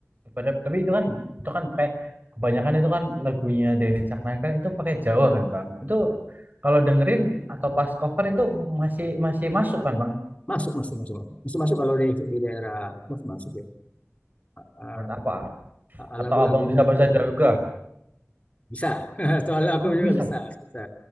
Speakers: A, on the right; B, on the left.
A: pada- tapi itu kan itu kan pakai kebanyakan itu kan lagunya Denny Caknan kan itu pakai Jawa kan, Bang. Itu kalau dengerin atau pas cover itu masih masih masuk kan, Bang?
B: Masuk masih masuk masuk masuk, masuk kalau di di daerah aku masih masuk ya. Ah,
A: Bahasa Apa? Atau
B: lagu-lagu
A: Abang bisa bahasa Jawa juga?
B: bisa <laughs> soalnya
A: Oh,
B: aku juga
A: bisa.
B: bisa bisa